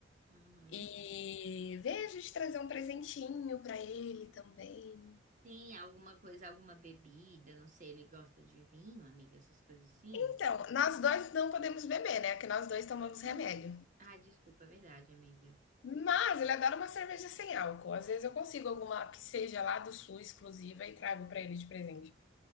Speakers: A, on the right (about 40°); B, on the left (about 70°).
A: Uhum.
B: e vejo de trazer um presentinho para ele também.
A: Sim, alguma coisa, alguma bebida, não sei, ele gosta de vinho, amiga, essas coisas assim.
B: Então, nós dois não podemos beber, né, que nós 2 tomamos
A: Hum.
B: remédio.
A: Ah, desculpa, é verdade, amiga.
B: Mas ele adora uma cerveja sem álcool. Às vezes eu consigo alguma que seja lá do Sul exclusiva e trago para ele de presente.